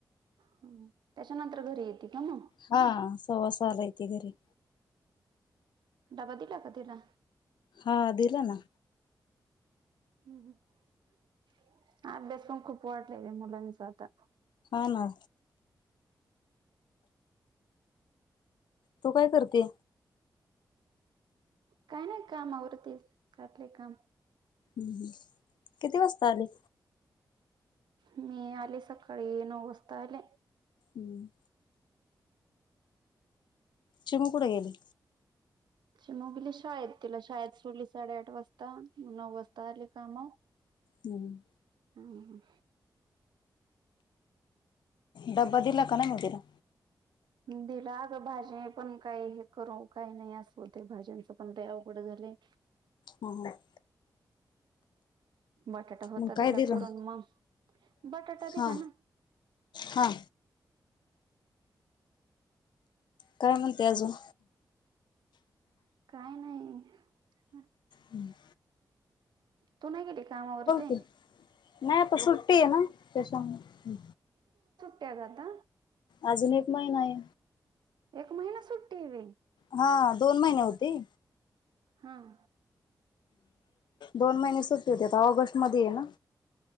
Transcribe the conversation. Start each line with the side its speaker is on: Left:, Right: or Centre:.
Right: हम्म त्याच्यानंतर घरी येते का मग
Left: हा सव्वासहाला येती घरी
Right: डबा दिला का तिला
Left: हा अ दिला ना
Right: ह् अभ्यास पण खूप वाटलाय र मुलांचा आता
Left: हा ना तू काय करते
Right: काही नाही काम आवरती साठलय काम
Left: हम् ह किती वाजता आली
Right: मी आले सकाळी नऊ वाजता आले
Left: हम्म चिमू कुठं गेली
Right: चिमू गेली शाळेत तिला शाळेत सोडली साडेआठ वाजता नऊ वाजता आली का मग
Left: हम्म
Right: हम
Left: डबा दिला का नाई मग तिला
Right: दिला अगं भाज्या पण काही हे करू काही नाही असव ते भाज्यांचं पण लय अवघड झालयं <inaudible>
Left: हा हा
Right: बटाटा होता
Left: मग काय
Right: दिला
Left: दिलं?
Right: करून मग बटाटा
Left: हा
Right: दिला ना <inaudible>
Left: हा काय म्हणते अजून
Right: काय नाही
Left: हम्म
Right: तू नाही गेली कामावरती
Left: की. नाही आता सुट्टी आहे ना त्याच्यामुळे
Right: त्यागता
Left: अजून एक महिना आहे
Right: एक महिना सुट्टी रे
Left: हा दोन महिने होते
Right: हम
Left: दोन महिने सुटते होते आता ऑगस्ट मध्ये ये ना